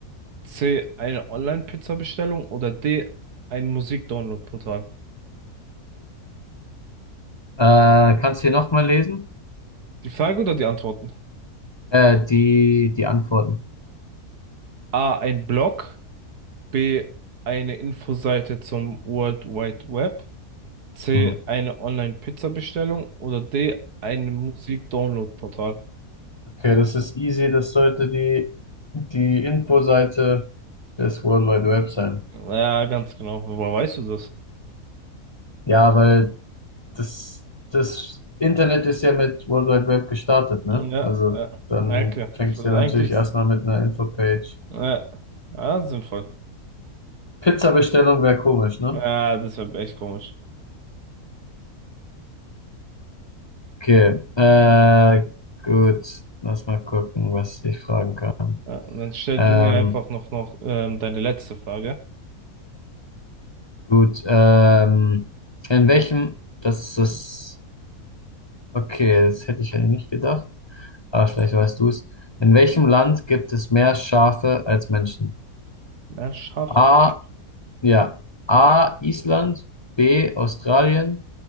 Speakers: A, on the right; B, on the left.
A: C, eine Online-Pizza-Bestellung oder D, ein Musik-Download-Portal?
B: Äh, kannst du hier nochmal lesen?
A: Die Frage oder die Antworten?
B: Äh, die, die Antworten.
A: A, ein Blog, B, eine Infoseite zum World Wide Web, C,
B: Hm.
A: eine Online-Pizza-Bestellung oder D, ein Musik-Download-Portal?
B: Okay, das ist easy. Das sollte die, die Infoseite des World Wide Web sein.
A: Ja, ganz genau. Woher weißt du das?
B: Ja, weil das, das Internet ist ja mit World Wide Web gestartet, ne?
A: Ja,
B: Also
A: ja.
B: dann
A: Ja, Okay.
B: fängst du ja
A: Eigentlich,
B: natürlich erstmal mit einer Infopage.
A: ja, ja, sinnvoll.
B: Pizza-Bestellung wäre komisch, ne?
A: Ja, das wäre echt komisch.
B: Okay, äh, gut. Lass mal gucken, was ich fragen kann.
A: Ja, dann stell
B: Ähm,
A: du mir einfach noch, noch ähm, deine letzte Frage.
B: gut, ähm, in welchem, das ist, okay, das hätte ich eigentlich nicht gedacht. Ah, vielleicht weißt du es. In welchem Land gibt es mehr Schafe als Menschen?
A: Ja, Schafheit.
B: A, ja. A, Island, B, Australien,